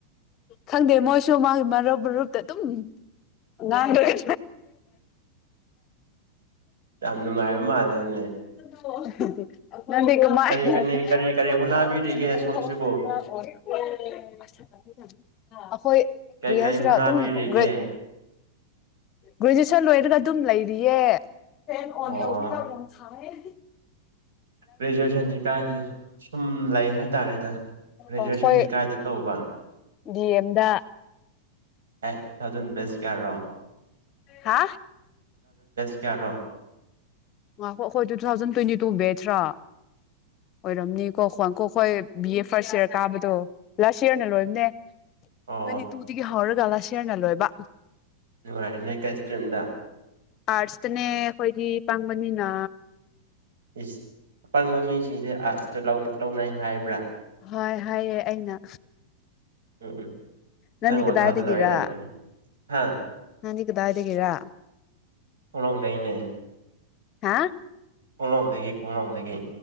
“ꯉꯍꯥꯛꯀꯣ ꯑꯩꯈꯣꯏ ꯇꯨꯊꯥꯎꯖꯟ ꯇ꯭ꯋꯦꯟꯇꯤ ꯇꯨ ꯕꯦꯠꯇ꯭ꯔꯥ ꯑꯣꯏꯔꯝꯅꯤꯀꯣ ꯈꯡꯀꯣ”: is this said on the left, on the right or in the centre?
Left